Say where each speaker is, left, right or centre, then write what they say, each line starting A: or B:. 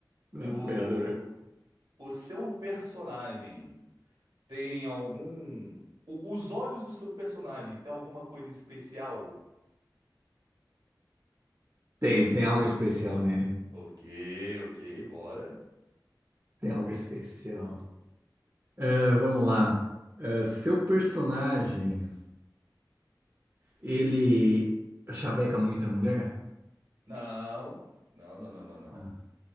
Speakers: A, on the right (about 35°); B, on the right (about 70°).
A: É
B: O,
A: Apoiador.
B: o seu personagem tem algum. o- os olhos do seu personagem tem alguma coisa especial?
A: Tem, tem algo especial nele.
B: Ok, ok, bora.
A: Tem algo especial. É, vamos lá. É, seu personagem, ele chaveca muita mulher?
B: Não, não, não, não, não, não.
A: Ah,